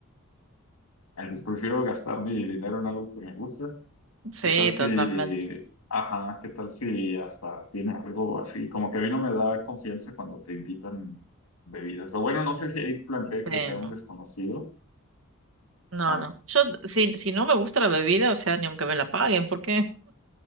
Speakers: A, on the left; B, on the right.
A: Entonces prefiero gastar mi dinero en algo que me gusta
B: Sí,
A: ¿Qué tal si,
B: totalmente.
A: ajá, qué tal si hasta tiene algo así? Como que a mí no me da confianza cuando te invitan bebidas. O bueno, no sé si ahí planteé
B: Sí,
A: que sea un
B: no.
A: desconocido.
B: No,
A: Ah,
B: no. Yo, si, si no me gusta la bebida, o sea, ni aunque me la paguen, porque